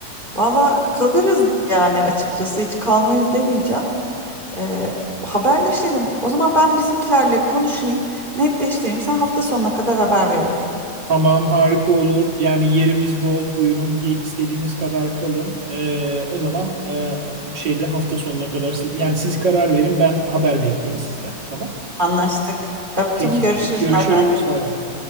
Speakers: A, on the right; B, on the right.
A: Valla kalırız yani açıkçası hiç kalmayız demeyeceğim. Ee, haberleşelim. O zaman ben bizimkilerle konuşayım, netleştireyim. Sen hafta sonuna kadar haber veririm.
B: Tamam harika olur. Yani yerimiz bol. Buyurun ge- istediğiniz kadar kalın. Ee, o zaman e, şeyde hafta sonuna kadar siz, yani siz karar verin ben haber bekleyeyim sizden. Tamam.
A: Anlaştık. Öptüm,
B: Peki.
A: görüşürüz.
B: Görüşürüz.
A: Bay bay.
B: Bay bay.